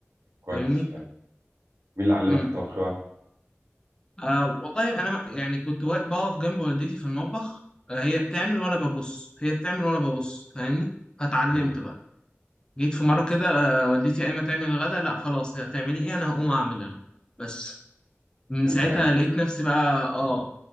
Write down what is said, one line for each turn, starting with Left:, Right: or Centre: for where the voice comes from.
Right: كويس
Left: فاهمني
Right: حلو مين اللي علمك
Left: امم
Right: الطبخ بقى؟
Left: آه والله انا ما- يعني كنت وا- بقف جنب والدتي في المطبخ آه هي بتعمل وانا ببص هي بتعمل وانا ببص فاهمني فاتعلمت
Right: مم.
Left: بقى جيت في مره كده آه والدتي قايمه تعمل الغدا لا خلاص هتعملي ايه انا هقوم اعمل انا بس من
Right: انت
Left: ساعتها
Right: رايح
Left: لقيت نفسي بقى اه